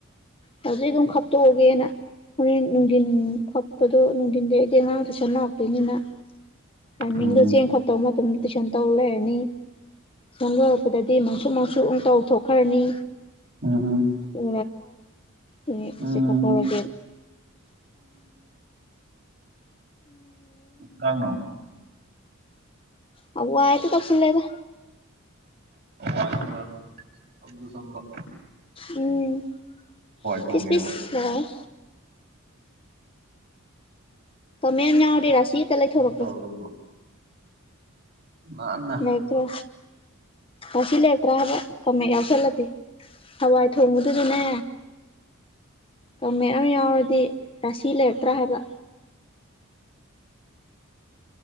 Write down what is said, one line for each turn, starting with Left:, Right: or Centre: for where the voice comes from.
Left: ꯍꯧꯖꯤꯛꯒꯨꯝ ꯈ ꯇꯣꯛꯒꯦꯅ ꯍꯣꯔꯦꯟ ꯅꯨꯡꯙꯤꯟ ꯈꯣꯠꯄꯗꯣ ꯅꯨꯡꯊꯤꯟꯗꯤ ꯑꯩꯗꯤ ꯑꯉꯥꯡꯗ ꯁꯝꯅꯔꯛꯇꯣꯏꯅꯤꯅ ꯇꯥꯏꯃꯤꯡꯗꯣ
Right: ꯎꯝ
Left: ꯆꯦꯡ ꯈꯣꯠꯇꯧꯕ ꯃꯇꯝꯗ ꯇꯨꯏꯁꯟ ꯇꯧ ꯂꯩꯔꯅꯤ ꯆꯪꯗꯔꯛꯄꯗꯗꯤ ꯃꯪꯁꯨ ꯃꯪꯁꯨ ꯑꯃꯪ ꯇꯧ ꯊꯣꯛꯈ꯭ꯔꯅꯤ
Right: ꯎꯝ
Left: <unintelligible> ꯎꯅꯦ ꯍꯧꯖꯤꯛ
Right: ꯎꯝ
Left: ꯀꯥꯞꯐꯧꯔꯒꯦ
Right: ꯂꯥꯡꯅꯣ
Left: ꯍꯋꯥꯏ ꯍꯦꯛꯇ ꯇꯧꯁꯤꯜꯂꯦꯗꯥ
Right: ꯖ ꯑꯖꯁꯝꯕ
Left: ꯎꯝ
Right: ꯊꯣꯡꯉꯦꯕ
Left: ꯄꯤꯁ ꯄꯤꯁ ꯂꯩ ꯀꯃꯦꯝ ꯌꯥꯎꯔꯗꯤ ꯔꯥꯁꯤ ꯍꯦꯛꯇ ꯂꯩꯊꯣꯔꯛꯄꯅꯤ
Right: ꯇꯧꯔꯒꯀꯣ ꯅꯥꯟꯅ
Left: ꯂꯩꯔꯛꯇ꯭ꯔꯣ ꯔꯥꯁꯤ ꯂꯩꯔꯛꯇ꯭ꯔꯥ ꯍꯥꯏꯕ ꯀꯪꯃꯦꯠ ꯌꯥꯎꯁꯜꯂꯗꯤ ꯍꯋꯥꯏ ꯊꯣꯡꯕꯗꯨꯗꯅꯦ ꯀꯪꯃꯦꯠ ꯑꯃ ꯌꯥꯎꯔꯗꯤ ꯔꯥꯁꯤ ꯂꯩꯔꯛꯇ꯭ꯔꯥ ꯍꯥꯏꯕ